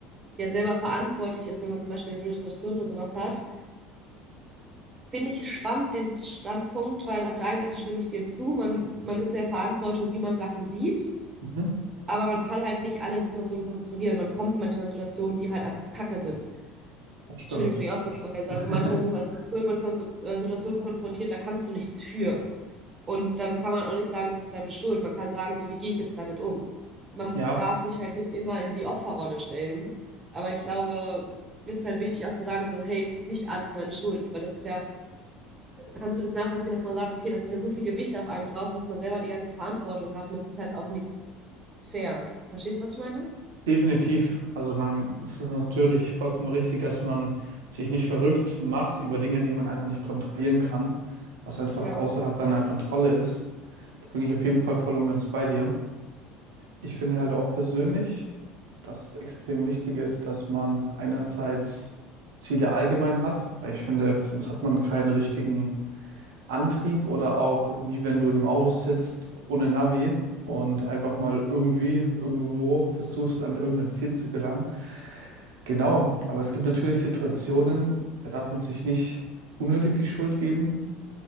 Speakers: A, on the right; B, on the right.
A: ja selber verantwortlich ist, wenn man zum Beispiel eine blöde Situation oder sowas hat finde ich spannend, den Standpunkt, weil auf der einen Seite stimme ich dir zu, man, man ist in der Verantwortung, wie man Sachen sieht,
B: mhm.
A: aber man kann halt nicht alle Situationen kontrollieren. Man kommt manchmal in Situationen, die halt einfach kacke sind.
B: Das stimmt.
A: Entschuldigung für die Ausdrucksweise.
B: <laughs>
A: Also manchmal sind man, wird man kon äh, Situationen konfrontiert, da kannst du nichts für. Und dann kann man auch nicht sagen, das ist deine Schuld. Man kann sagen, so wie gehe ich jetzt damit um? Man
B: Ja,
A: darf sich halt nicht immer in die Opferrolle stellen. Aber ich glaube, es ist halt wichtig auch zu sagen, so, hey, es ist nicht alles meine Schuld, weil das ist ja kannst du das nachvollziehen, dass man sagt, okay, das ist ja so viel Gewicht auf einem drauf, dass man selber die ganze Verantwortung hat und das ist halt auch nicht fair. Verstehst du, was ich meine?
B: definitiv. Also man, es ist natürlich vollkommen richtig, dass man sich nicht verrückt macht über Dinge, die man einfach nicht kontrollieren kann, was einfach
A: Ja,
B: außerhalb deiner Kontrolle ist. Da bin ich auf jeden Fall voll und ganz bei dir. Ich finde halt auch persönlich, dass es extrem wichtig ist, dass man einerseits Ziele allgemein hat, weil ich finde, sonst hat man keinen richtigen Antrieb oder auch wie wenn du in einem Auto sitzt ohne Navi und einfach mal irgendwie irgendwo versuchst, an irgendein Ziel zu gelangen. Genau, aber es gibt natürlich Situationen, da darf man sich nicht unnötig die Schuld geben.